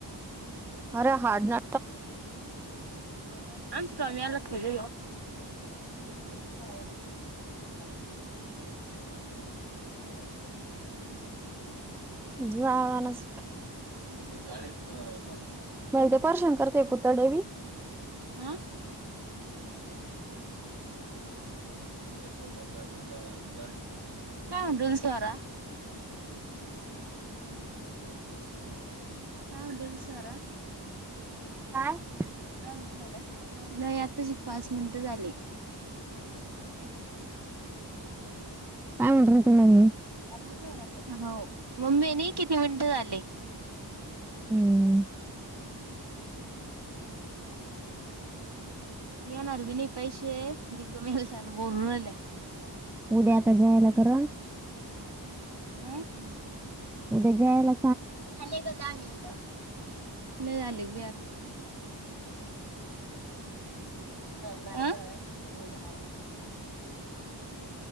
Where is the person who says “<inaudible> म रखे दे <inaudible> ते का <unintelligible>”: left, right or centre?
Right